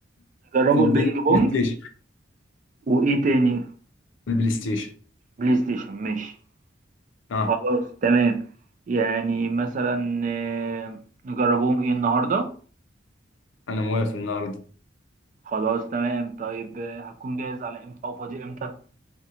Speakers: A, on the right (about 40°); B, on the left (about 75°).
A: نجربوا
B: البلاي
A: البينج بونج
B: ستيشن
A: وايه تاني
B: البلاي ستيشن
A: بلاي ستيشن ماشي
B: اه
A: خلاص تمام يعني مثلا آه، نجربوهم ايه النهارده
B: انا موافق النهارده
A: خلاص تمام طيب آه، هتكون جاهز على امتى او فاضي امتى